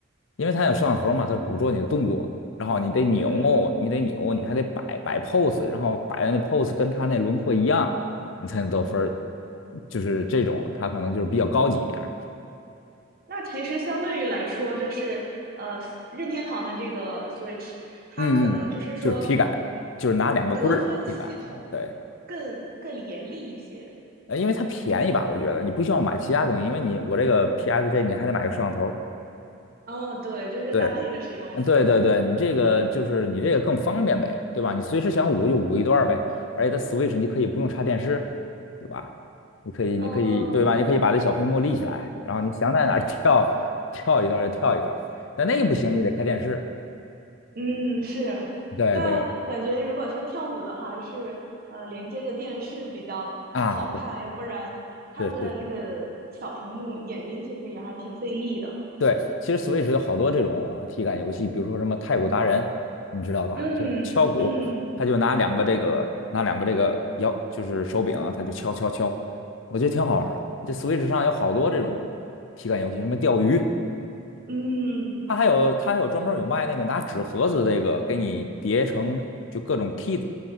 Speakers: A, on the left (about 75°); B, on the right (about 50°).
A: 因为它有摄像头嘛，它捕捉你的动作，然后你得扭，
B: 嗯
A: 你得扭，你还得摆摆 pose，然后摆的那 pose 跟它那轮廓一样，你才能得分儿，就是这种，它可能就是比较高级一点儿
B: 那其实相对于来说，就是呃，任天堂的这个 Switch，它可能就是说
A: 嗯嗯，就是体感，就是拿两个棍儿体感，
B: 得分系统
A: 对。
B: 更更严厉一些。
A: 呃，因为它便宜吧，我觉得你不需要买其他东西，因为你我这个 PS 这你还得买个摄像头，
B: 哦，对，就是搭配着使用的。
A: 对，嗯，对对对，你这个就是你这个更方便呗，对吧？你随时想舞就舞一段儿呗，而且它 Switch 你可以不用插电视，对吧？你可以，你可以，
B: 嗯
A: 对吧？你可以把这小屏幕立起来，然后你想在哪儿 <laughs> 跳跳一段儿就跳一段儿但那个不行，你得开电视。
B: 嗯，是，
A: 对对
B: 但感觉如果是要跳舞的话，还是呃连接着电视比较好看，
A: 啊，对，
B: 要不然看着那个小屏幕，
A: 是是是是，
B: 眼睛其实也还挺费力的。
A: 对，其实 Switch 有好多这种啊体感游戏，比如说什么太鼓达人，你知道吧？
B: 嗯嗯
A: 就是敲鼓，他就拿两个这个拿两个这个摇，就是手柄啊，他就敲敲敲，我觉得挺好玩儿的。这 Switch 上有好多这种体感游戏，什么钓鱼，
B: 嗯。
A: 它还有它还有专门儿有卖那个拿纸盒子这个给你叠成就各种 kit，